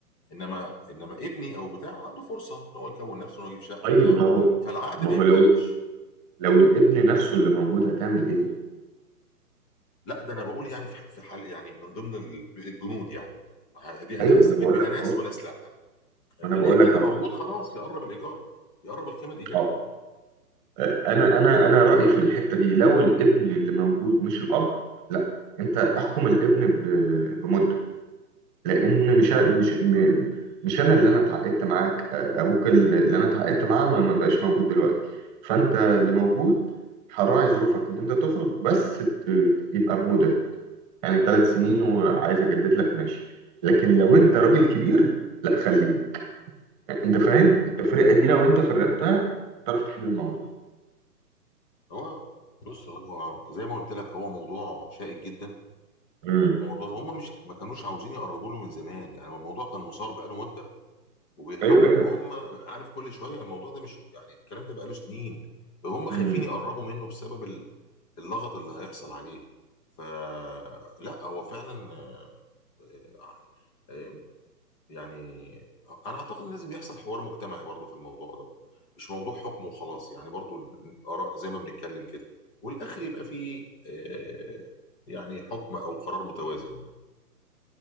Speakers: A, on the left; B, on the right.
A: انما انما ابني او بتاع عنده فرصه ان هو يكون نفسه ان هو يجيب شقه
B: طيب
A: بتاع
B: ما هو
A: فالعقد
B: ما
A: ما
B: هو
A: يمتدش
B: لو لو الابن نفسه اللي موجود هتعمل ايه
A: لا ده انا بقول يعني في ح- في حال يعني من ضمن ال- البنود يعني ه- دي هيستفيد
B: ايوه ما انا بقول
A: بيها
B: لك
A: ناس
B: اهو
A: وناس لا الابن
B: ما انا بقول لك
A: اللي
B: اهو
A: موجود خلاص يقرب الايجار يقرب القيمه الايجاريه
B: اه انا انا انا رايي في الحته دي لو الابن اللي موجود مش الاب لا انت احكم الابن ب- بمده لان مش مش م- مش انا اللي انا اتعاقدت معاك ابوك اللي انا اتعاقدت معاه ما ما بقاش موجود دلوقتي فانت اللي موجود هراعي ظروفك ان انت تخرج بس ت- يبقى بمده يعني ثلاث سنين وعايز اجدد لك ماشي لكن لو انت راجل كبير لا خليه انت فاهم التفرقه دي لو انت فرقتها هتعرف تحل الموضوع
A: هو بص هو زي ما قلت لك هو موضوع شائك جدا
B: امم
A: موضوع هم مش ما كانوش عاوزين يقربوا له من زمان يعني هو الموضوع كان مثار بقاله مده وبيحاولوا
B: ايوه ايوه
A: ان هم عارف كل شويه الموضوع ده مش يعني الكلام ده بقاله سنين هم خايفين
B: امم
A: يقربوا منه بسبب ال- اللغط اللي هيحصل عليه فلا هو فعلا آه، آه، آه، يعني انا اعتقد ان لازم يحصل حوار مجتمعي برضه في الموضوع ده مش موضوع حكم وخلاص يعني برضه الاراء زي ما بنتكلم كده والاخر يبقى فيه آه، يعني حكم او قرار متوازن يعني